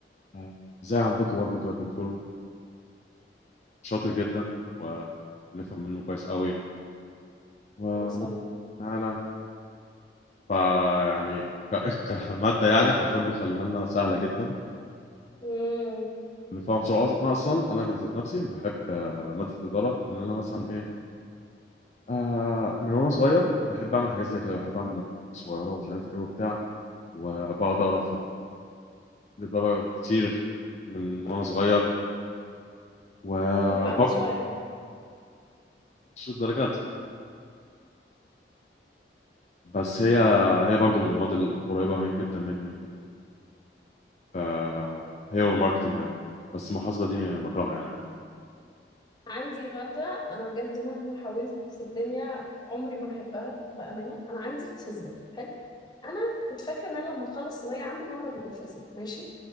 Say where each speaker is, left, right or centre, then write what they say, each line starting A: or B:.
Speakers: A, on the left; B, on the left.
A: آه، زي عندكم برضه كده دكتور شاطر جدا ونفهم منه كويس قوي ومتعاون
B: مثلا
A: معانا فيعني ك- <laughs> كماده يعني حرفيا بيخلينا سهله جدا
B: امم
A: نفهم بسرعه اصلا انا اصلا انا ذات نفسي بحب آه، ماده الاداره لان انا مثلا ايه آه من وانا صغير بحب اعمل حاجات زي كده بحب اعمل مشاريع صغيره ومش عارف ايه وبتاع وبقعد اقرا في لدرجة كتير من وأنا صغير وبرضه
B: رجل اعمال صغير يعني
A: مش الدرجات بس هي هي برضه من المواد القريبة من جدا مني فهي والماركتينج يعني بس المحاسبة دي بكرهها يعني
B: عندي مادة أنا بجد مهما حاولت في الدنيا عمري ما أحبها بأمانة أنا عندي فيزياء حلو أنا كنت فاكرة إن أنا لما أخلص ثانوية عامة ههرب من الفيزياء ماشي